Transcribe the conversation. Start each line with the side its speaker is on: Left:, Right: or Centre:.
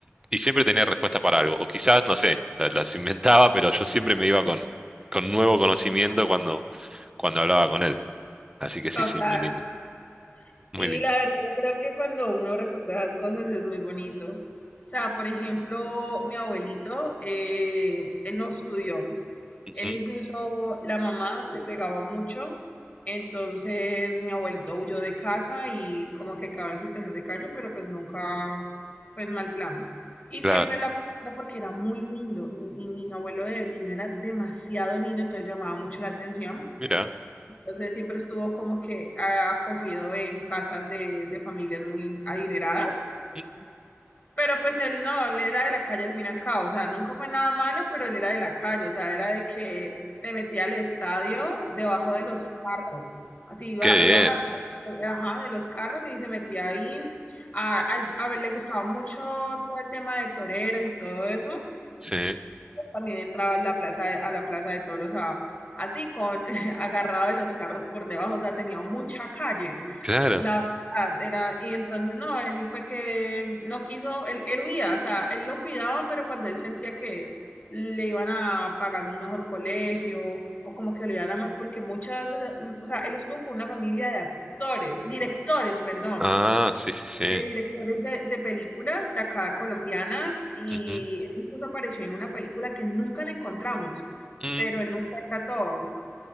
Right: y siempre tenía respuesta para algo. O quizás, no sé, la- las inventaba, pero yo siempre me iba con, con nuevo conocimiento cuando, cuando hablaba con él. Así que sí,
Left: total.
Right: sí, muy lindo,
Left: Sí,
Right: muy lindo.
Left: la verdad, yo creo que cuando uno recuerda las cosas es muy bonito. O sea, por ejemplo, mi abuelito, eh, él no estudió.
Right: Ujú,
Left: Él incluso, la mamá le pegaba mucho. Entonces, mi abuelito huyó de casa y como que quedaba en situación de calle, pero pues nunca, pues mal plan. Y
Right: Claro,
Left: siempre la acogía porque era muy lindo. Mi, mi mi abuelo de niño era demasiado lindo, entonces llamaba mucho la atención.
Right: mira.
Left: Entonces siempre estuvo como que ah, acogido en casas de, de familias muy adineradas,
Right: Mm,
Left: pero pues él no, él era de la calle al fin y al cabo, o sea, nunca fue nada malo, pero él era de la calle, o sea, era de que se metía al estadio debajo de los carros, así iba,
Right: Qué
Left: iba agarrado,
Right: bien,
Left: eh, ajá, de los carros y se metía ahí. A, al- a ver, le gustaba mucho todo el tema de toreros y todo eso
Right: sí,
Left: también entraba a la plaza de, a la plaza de toros a- así, con <laughs> agarrado de los carros por debajo, o sea, tenía mucha calle.
Right: claro.
Left: La verdad era, y entonces no, él fue que no quiso, él, él huía, o sea, él lo cuidaba, pero cuando él sentía que le iban a pagar un mejor colegio o como que lo iban a más, porque muchas, de esas- o sea, él estuvo con una familia de actores, directores, perdón
Right: Ah, sí, sí, sí.
Left: de directores de, de películas de acá colombianas y
Right: Ujú.
Left: él incluso apareció en una película que nunca le encontramos,
Right: Mm.
Left: pero él nos cuenta todo.